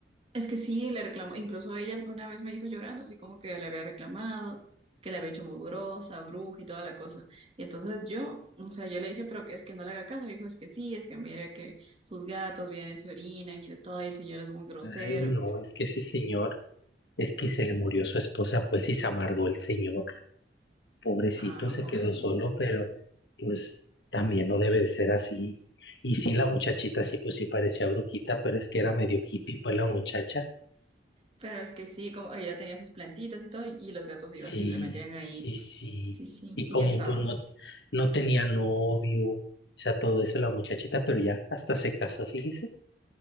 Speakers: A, on the right; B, on the left.
A: Es que sí, le reclamó, incluso ella una vez me dijo llorando, así como que le había reclamado, que le había hecho mugrosa, bruja y toda la cosa. Y entonces yo, o sea, yo le dije, pero que es que no le haga caso. Me dijo, es que sí, es que mire que sus gatos vienen y se orinan y de todo, y el señor es muy grosero.
B: Ay, no, es que ese señor, es que se le murió su esposa, pues y se amargó el señor. pobrecito
A: Ah,
B: se
A: pobrecito.
B: quedó solo, pero pues también no debe de ser así. Y sí, la muchachita sí, pues sí parecía brujita, pero es que era medio hippie, pues la muchacha.
A: Pero es que sí, como ella tenía sus plantitas y todo, y los gatos
B: Sí,
A: iban, se le metían ahí.
B: sí, sí.
A: Sí, sí,
B: Y
A: y
B: como
A: ya estaba.
B: pues no, no tenía novio, o sea, todo eso la muchachita, pero ya hasta se casó, fíjese,